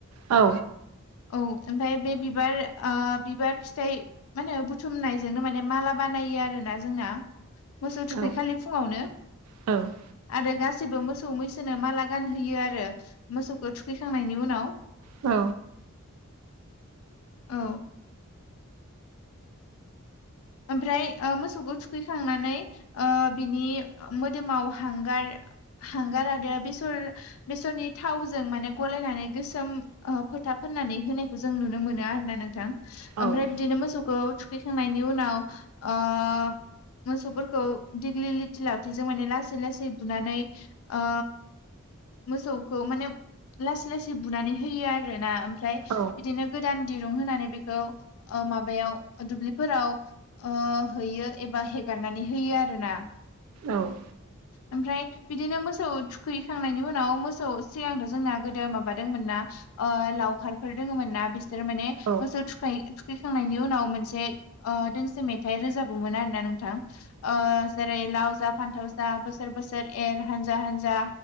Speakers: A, on the right; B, on the left.
A: औ
B: औ ओमफ्राय बे बिबार ओ बिबार फिथाइ मा होनो बुथुमनायजोंनो माने माला बानायो आरोना जोंना मोसौ
A: औ
B: थुखैखालि फुङावनो
A: औ
B: आरो गासैबो मोसौ मैसोनो माला गानहोयो आरो मोसौखौ थुखैखांनायनि उनाव
A: औ।
B: औ। ओमफ्राय ओ मोसौखौ थुखैखांनानै ओ बिनि मोदोमाव हांगार हांगार आरो बेसर बेसरनि थावजों माने गलायनानै गोसोम ओ फोथा फोननानै होनायखौ जों नुनो मोनो आरोना नोंथां। ओमफ्राय
A: औ
B: बिदिनो मोसौखौ थुखैखांनायनि उनाव ओ मोसौफोरखौ दिग्लिलिथि लावथिजों माने लासै लासै बुनानै ओ मोसौखौ माने लासै लासै बुनानै होयो आरोना ओम फ्राय
A: औ
B: बिदिनो गोदान दिरुं होनानै बेखौ ओ माबायाव दुब्लिफोराव ओ हैयो एबा हेगारनानै होयो आरोना।
A: औ।
B: ओमफ्राय बिदिनो मोसौ थुखैखांनायनि उनाव मोसौ सिगांथ' जोंना गोदो माबादोंमोन ना। ओ लावखारफोर दोङोमोन ना बिसोर माने
A: औ
B: मोसौ थुखै थुखांनायनि उनाव मोनसे ओ दोंसे मेथाइ रोजाबोमोन आरोना नोंथां। ओ जेरै लाव जा फान्थाव जा बोसोर बोसोर एर हानजा हानजा